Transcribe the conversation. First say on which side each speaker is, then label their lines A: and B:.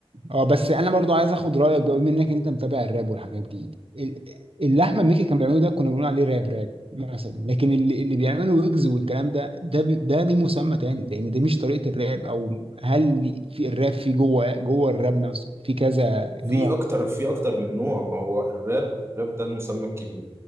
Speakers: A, on the right (about 65°); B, on the right (about 25°).
A: أه بس أنا برضو عايز آخد رأيك بقى بما إنك أنت متابع الراب والحاجات دي ال- اللي أحمد مكي كان بيعمله ده كنا بنقول عليه راب راب مثلا لكن اللي اللي بيعمله ويجز والكلام ده ده بي- ده ليه مسمى تاني لأن ده مش طريقة الراب أو هل لي- في الراب في جوه جوه الراب نفسه في كذا
B: في
A: نوع
B: اكتر في اكتر من نوع ما هو الراب الراب ده المسمى الكبير